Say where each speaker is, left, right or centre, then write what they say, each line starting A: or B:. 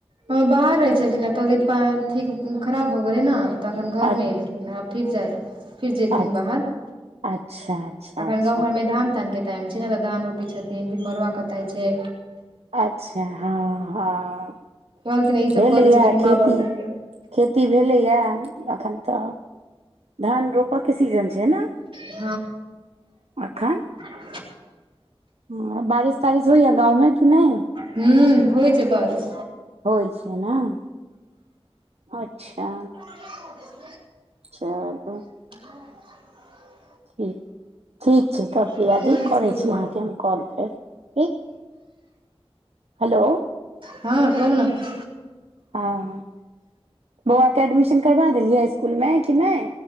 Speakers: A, on the right; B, on the right.
A: हँ बाहर रहै छलखिन हैं तबियत ठीक खराब भ गेलै न तऽ अखन घर
B: अ
A: मे एलखिन आब फिर जाय फिर जेथिन
B: अ
A: बाहर
B: अच्छा अच्छा
A: अखन
B: अच्छा
A: गाँव घरमे धान तान के टाइम छै ने तऽ धान रोपै छथिन फिर मरुआ कटाइ छै
B: अच्छ हँ हँ
A: कहलखिन ई
B: भेलैया
A: सब करै छै कनि
B: खेती
A: माँ बाबू के
B: खेती भेलैया एखन तऽ धान रोपय के सीजन छै न
A: ह
B: <inaudible> अखन
A: <unintelligible> <unintelligible>
B: हँ बारिश तारिश होइया गाँव मे कि नहि
A: हुँ होइ छै बारिश
B: होइ छै ने <inaudible> अच्छा
A: <unintelligible>
B: <unintelligible>
A: <unintelligible>
B: <unintelligible> ठीक छै तब प्रियाजी
A: कहानी
B: करै
A: छियौ
B: छी
A: बौआ
B: अहाँकेँ हम कॉल फेर ठीक हेलो
A: हँ कहुं नऽ
B: हँ <inaudible> बौआकेँ एडमिशन करबा देलियै स्कूल मे कि नहि